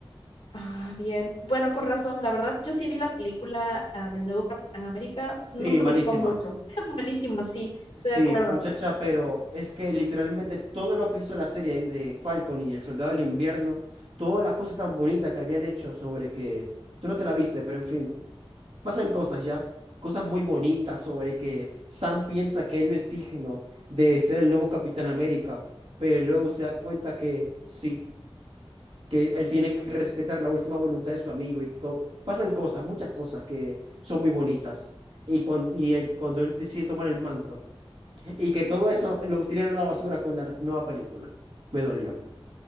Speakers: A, on the left; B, on the right.
A: Ah, bien. Bueno, con razón, la verdad, yo sí vi la película ah, del nuevo Capitán América,
B: Sí,
A: no me
B: malísima.
A: gustó mucho. <laughs> Malísimo, sí, estoy
B: Sí,
A: de acuerdo.
B: muchacha, pero es que literalmente todo lo que hizo la serie de Falcon y El Soldado del Invierno, toda la cosa tan bonita que habían hecho sobre que, tú no te la viste, pero en fin, Pasan cosas ya, cosas muy bonitas sobre que Sam piensa que él no es digno de ser el nuevo Capitán América, pero luego se da cuenta que sí, que él tiene que respetar la última voluntad de su amigo y todo. Pasan cosas, muchas cosas que son muy bonitas. Y cuando, y él, cuando él decide tomar el manto y que todo eso lo tiran a la basura con la nueva película. Me dolió.